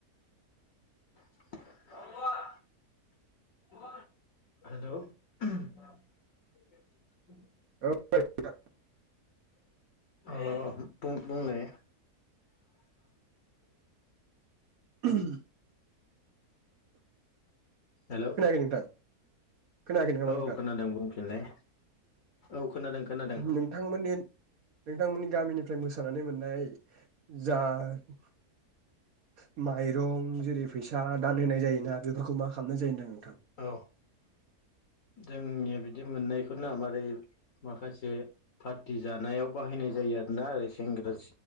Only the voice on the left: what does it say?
<unintelligible> हेल'
अ बुं बुंलाय
हेलौ
औ
खोनादों बुंफिनलाय औ खोनादों खोनादों
औ जोंनिया बिदि मोननायखौनो मारै माखासे पार्टि जानायाव बाहायनाय जायो आरोना ओरै सेंग्रा